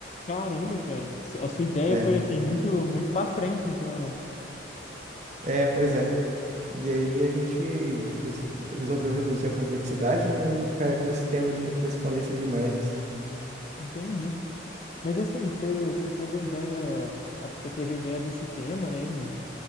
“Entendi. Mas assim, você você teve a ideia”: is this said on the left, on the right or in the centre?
Left